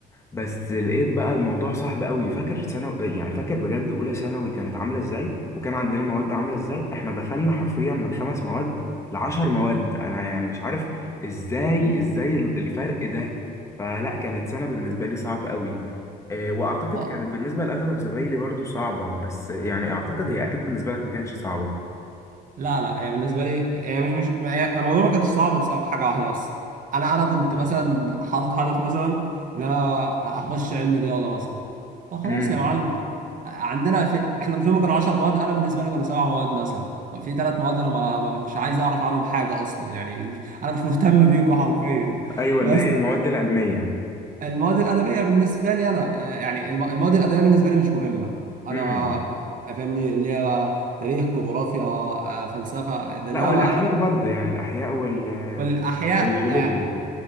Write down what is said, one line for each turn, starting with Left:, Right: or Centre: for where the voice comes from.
Left: بس لقيت بقى الموضوع صعب قوي فاكر ثانوي يعني فاكر بجد اولى ثانوي كانت عامله ازاي وكان عندنا مواد عامله ازاي احنا دخلنا حرفيا من خمس مواد لعشر مواد انا يعني مش عارف ازاي ازاي الفرق ده فلا كانت سنه بالنسبه لي صعب قوي آه، واعتقد
Right: اه
Left: كانت بالنسبه لاغلب زمايلي برضو صعبه بس يعني اعتقد هي اكيد بالنسبه لك ما كانتش صعبه
Right: لا لا هي بالنسبه لي هي مش مش ما هي- الموضوع ما كانش صعب بسبب حاجه واحده بس انا انا كنت مثلا حاطط هدف مثلا ان انا اخش علم رياضه مثلا فخلاص
Left: امم
Right: يا معلم عندنا في احنا مش هم كانوا 10 مواد انا بالنسبه لي كانوا سبع مواد مثلا في ثلاث مواد انا ما... ما مش عايز اعرف عنهم حاجه اصلا يعني مش... انا مش مهتم بيكم حرفيا
Left: ايوه
Right: بس
Left: اللي هي المواد العلميه
Right: المواد الادبيه بالنسبه لي انا آه، يعني الم... المواد الادبيه بالنسبه لي مش مهمه انا
Left: امم
Right: فاهمني اللي هي تاريخ جغرافيا آه، فلسفه ده
Left: لا
Right: ده
Left: والاحياء
Right: بقى انا
Left: برضو يعني الاحياء وال
Right: والاحياء
Left: والجيولوجيا
Right: آه،